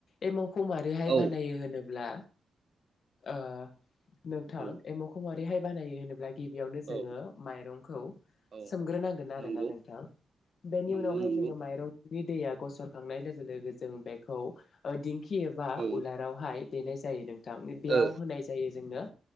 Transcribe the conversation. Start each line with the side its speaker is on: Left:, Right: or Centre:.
Left: एमावखौ खौ मारैहाय
Right: औ
Left: बानायो होनोब्ला ओ नोंथां
Right: औ
Left: एमावखौ मा बैहाय बानायो होनोब्ला गिबियावनो जोङो
Right: औ
Left: माइरंखौ
Right: औ
Left: सोमग्रोनांगोन आरोना
Right: नंगौ
Left: नोंथां बेनि
Right: नंगौ
Left: उनावहाय
Right: नंगौ
Left: जोङो माइरंनि दै गसरखांनाय लोगो लोगो जों बेखौ ओ दिंख खि एबा
Right: औ
Left: उलारावहाय देनाय जायो नों थां बेयाव
Right: ओ
Left: होनाय जायो जोंनो